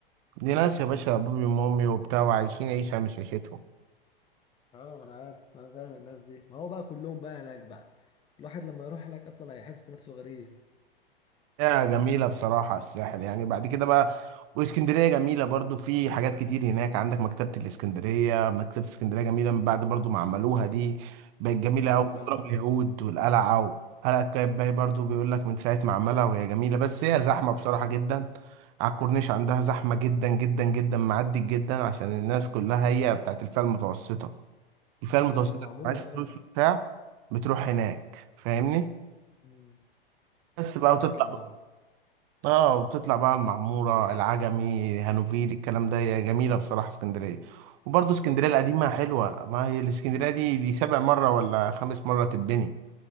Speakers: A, on the right; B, on the left.
A: دي ناس يا باشا ابوي وامي وبتاع وعايشين عيشه مش عيشتهم
B: اه ما انا عارف ما انا فاهم الناس دي ما هو بقى كلهم بقى هناك بقى الواحد لما يروح هناك اصلا هيحس نفسه غريب
A: يا جميلة بصراحة الساحل يعني بعد كده بقى واسكندرية جميلة برضو في حاجات كتير هناك عندك مكتبة الاسكندرية مكتبة اسكندرية جميلة من بعد برضو ما عملوها دي بقت جميلة
B: اه
A: أوي
B: والقلعه
A: وتراب اليهود والقلعة وقلعة قايتباي برضو بيقول لك من ساعة ما عملها وهي جميلة بس هي زحمة بصراحة جدا على الكورنيش عندها زحمة جدا جدا جدا معدي جدا عشان الناس كلها هي بتاعت الفئة المتوسطة الفئة المتوسطة
B: اه والمعموره
A: اللي معهاش
B: برضه
A: فلوس وبتاع بتروح هناك فاهمني
B: مم.
A: بس بقى وتطلع
B: عندك المعموره
A: اه وبتطلع بقى المعمورة العجمي هانوفيل الكلام ده هي جميلة بصراحة اسكندرية وبرضه اسكندرية القديمة حلوة ما هي الاسكندرية دي دي سابع مرة ولا خامس مرة تتبني